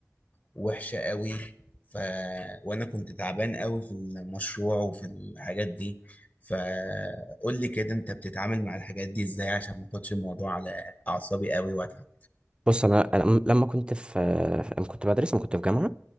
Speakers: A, on the left; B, on the right.
A: وحشة قوي ف... وأنا كنت تعبان قوي في المشروع وفي الحاجات دي فقول لي كده أنت بتتعامل مع الحاجات دي إزاي عشان ما اخدش الموضوع على أعصابي قوي وأتعب
B: بص انا انا م- لما كنت في لما كنت بدرس لما كنت في جامعه